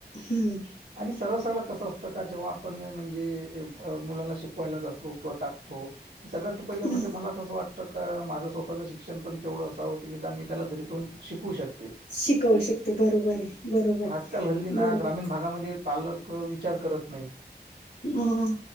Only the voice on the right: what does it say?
आणि सर्व सगळं कसं असतं का जेव्हा आपण म्हणजे मुलाला शिकु. पयला जातो किंवा टाकतो तर सगळ्या तर पहिलं
म्हणजे मलां तस वाटत तर का माझं स्वतःच शिक्षण पण तेवढं असावं की निदान मी त्याला घरी. तूण शिकु शकते
आजकाल हल्ली ना
ग्रामीण भागामध्ये. पालक विचार करत नाहीत.